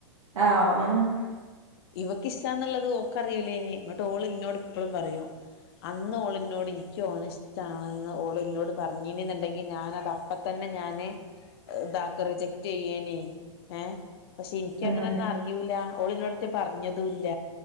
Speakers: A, on the right (about 80°); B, on the left (about 50°).
A: ആഹ് <inaudible>
B: ഇവക്ക് ഇഷ്ടാ എന്ന്ള്ളത് ഓക്ക് അറിയുലേനി ഇങ്ങട്ട് ഓള് ഇനോട് ഇപ്പളും പറയും അന്ന് ഓള് നോട് ഇന്ക്ക് ഓന ഷ് ആണെന്ന് ഓള് ഇന്നോട് പറഞ്ഞിനിണ്ടെങ്കി ഞാനത് അപ്പ തന്നെ ഞാന് ഇത ജക്റ്റ് ചെയ്യനീ ഏഹ പക്ഷെ എന്ക്ക്
A: ഉം
B: അങ്ങനെന്നും അറിയൂല ഓള് നോട ഇനോടറ്റെ പറഞ്ഞ തുല്ല